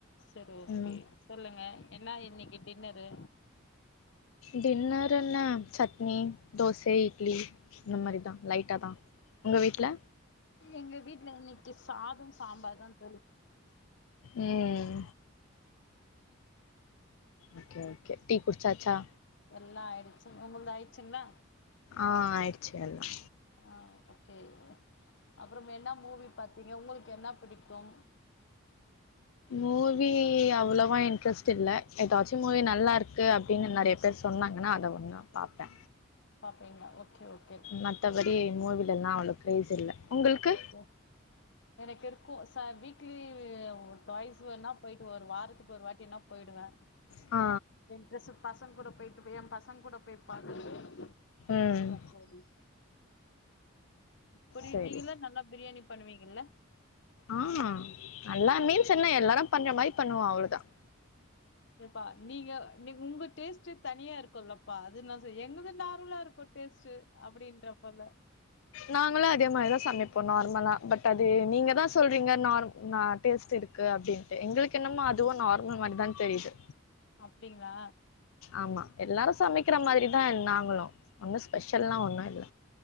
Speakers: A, on the left (about 60°); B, on the left (about 75°).
A: சரி ஓகே
B: ம்
A: சொல்லுங்க என்ன இன்னைக்கு டின்னரு
B: டின்னர்ருன சட்னி தோசை இட்லி இந்த மாதிரி தான் லைட்டா தா உங்க வீட்ல
A: எங்க வீட்டுல இன்னைக்கு சாதம் சாம்பார் தா தோழி
B: உம் ஓகே ஓகே டீ குடுசாச்சா
A: எல்லாம் ஆயிடுச்சு உங்கள்து ஆயிடுச்சுங்களா
B: ஆ ஆய்டுச்சு எல்லாம்
A: ஆ ஓகே அப்புறம் என்ன மூவி பாத்தீங்க உங்களுக்கு என்ன பிடிக்கும்
B: மூவி அவ்ளோவா இன்ட்ரெஸ்ட் இல்ல ஏதாச்சும் மூவி நல்லா இருக்கு அப்டின்னு நெறைய பேர் சொன்னாங்கன்னா அத ஒன்னும் பாப்பே
A: பாப்பீங்களா ஓகே ஓகே
B: மத்தபடி மூவிலலா அவ்வளோ க்ரைஸ் இல்ல உங்கள்க்கு
A: க எனக்கு இருக்கும் ச வீக்லி ஓ டாய்ஸ் வேனா போயிட்டு ஒரு வாரத்துக்கு ஒரு வாட்டி வேனா போயிடுவேன்
B: ஆ
A: ட்ரெஸீ பசங்க கூட போயிட்டு பெய்ன் என் பசங்க கூட பெய் பாத்துட்டு
B: ம்
A: வந்துருவ தோழி புரி
B: சரி
A: நீங்கல்லாம் நல்லா பிரியாணி பண்ணுவீங்கல்ல
B: ஆ நல்லா
A: ஆ
B: மீன்ஸ்
A: உங்களுக்கு
B: என்ன எல்லாரும் பண்ற மாதிரி பண்ணுவோம் அவ்ளவுதான்
A: சப்பா நீங்க நீ உங்க டேஸ்ட் தனியா இருக்கும்ல அப்ப அதுன எங்கது நார்மலா இருக்கும் டேஸ்ட் அப்டின்றப்பல
B: நாங்களும் அதே மாரிதான் சமைப்போம் நார்மலா பட் அது நீங்க தான் சொல்றீங்க நார் நா டேஸ்ட் இருக் க்கு அப்டின்ட்டு எங்களுக்கு என்னமோ அதுவும் நார்மல் மாரிதான் தெரியுது
A: அப்டிங்ளா
B: ஆமா எல்லாரும் சமைக்கிற மாரிதான் நாங்களும் ஒண்ணும் ஸ்பெஷல்லாம் ஒண்ணும் இல்ல